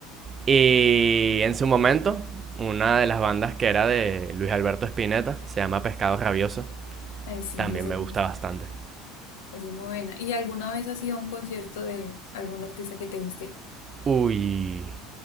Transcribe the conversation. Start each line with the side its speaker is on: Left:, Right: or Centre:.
Right: Y en su momento, una de las bandas que era de Luis Alberto Spinetta, se llama Pescado Rabioso,
Left: Eh, sí,
Right: también
Left: eso.
Right: me gusta bastante.
Left: Es muy buena. ¿Y alguna vez has ido a un concierto de algún artista que te guste?
Right: Uy,